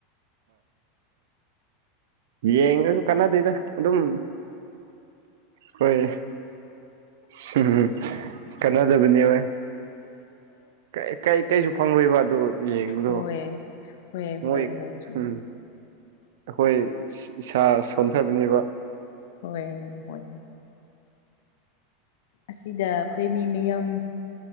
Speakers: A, on the right; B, on the left.
A: ꯍꯣꯏ ꯍ ꯌꯦꯡꯔꯁꯨ ꯀꯅꯥꯗꯦꯗ ꯑꯗꯨꯝ ꯈꯣꯏ <unintelligible> ꯀꯥꯟꯅꯗꯕꯅꯤ ꯍꯣꯏ ꯀꯩ ꯀꯩ ꯀꯩꯁꯨ ꯐꯪꯂꯣꯏꯕ ꯑꯗꯨ ꯌꯦꯡꯕꯗꯣ
B: ꯍꯣꯏ ꯍꯣꯏ ꯍꯣꯏ
A: ꯃꯣꯏ
B: ꯍꯣꯏ ꯆꯨꯝꯃꯦ
A: ꯍꯨꯝ ꯑꯩꯈꯣꯏ ꯏꯁꯥ ꯁꯣꯟꯊꯕꯅꯦꯕ
B: ꯍꯣꯏ ꯍꯣꯏ ꯑꯁꯤꯗ ꯑꯩꯈꯣꯏ ꯃꯤ ꯃꯌꯥꯝ